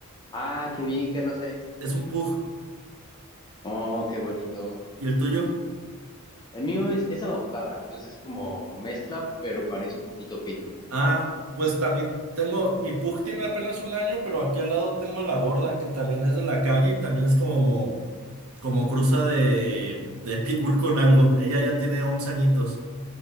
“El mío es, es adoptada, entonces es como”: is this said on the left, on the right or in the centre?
Left